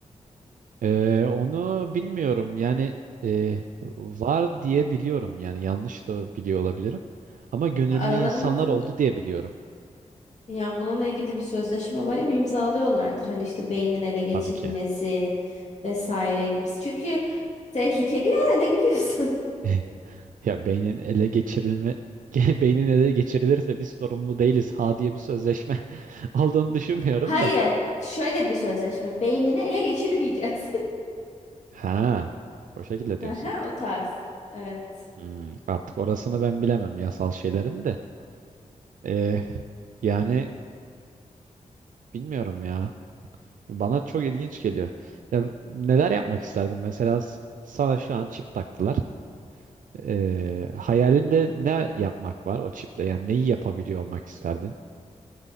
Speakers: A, on the right (about 80°); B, on the left (about 60°).
A: e, onu bilmiyorum yani e, var diye biliyorum yani yanlış da biliyor olabilirim. Ama gönüllü
B: Ya aralarında
A: insanlar oldu diye biliyorum
B: ya bununla ilgili bir sözleşme umarım imzalıyorlardır. Hani işte beynin ele geçirilmesi
A: tabii ki.
B: vesaire gibisi. Çünkü tehlikeli yani ne gülüyorsun?
A: <laughs> Ya beynin ele geçirilme <laughs> beynin ele geçirilirse biz sorumlu değiliz ha diye bir sözleşme <laughs> olduğunu düşünmüyorum
B: <laughs> Hayır,
A: da.
B: şöyle bir sözleşme. Beynini ele geçirmeyeceğiz.
A: Ha, o şekilde
B: <laughs>
A: diyorsun.
B: Aha, O tarz. Evet.
A: Hmm, artık orasını ben bilemem yasal şeylerin de. Ee, yani bilmiyorum ya. Bana çok ilginç geliyor. Ya neler yapmak isterdim? Mesela s- sana şu an çip taktılar. Ee, hayalinde ne yapmak var o çiple? Yani neyi yapabiliyor olmak isterdin?